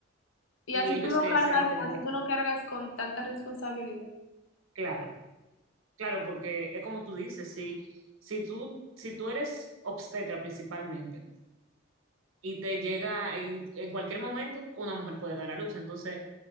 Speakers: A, on the left (about 75°); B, on the right (about 85°).
A: y
B: y
A: así
B: ellos
A: tú lo
B: que
A: cargas,
B: sean los que den
A: así
B: la cara.
A: tú lo cargas con tanta responsabilidad.
B: Claro, claro, porque es como tú dices, si, si tú, si tú eres obstetra principalmente y te llega, y en cualquier momento una mujer puede dar a luz, entonces